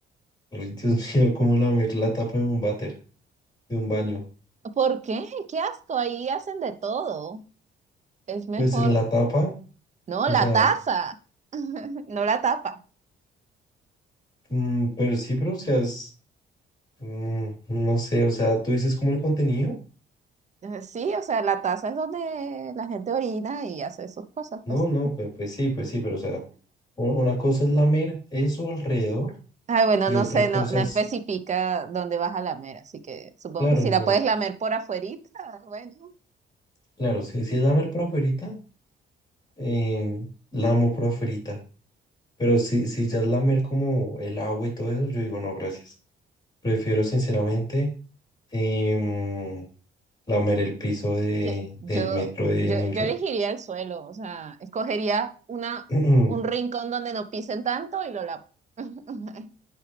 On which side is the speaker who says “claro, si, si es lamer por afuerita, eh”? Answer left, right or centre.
Left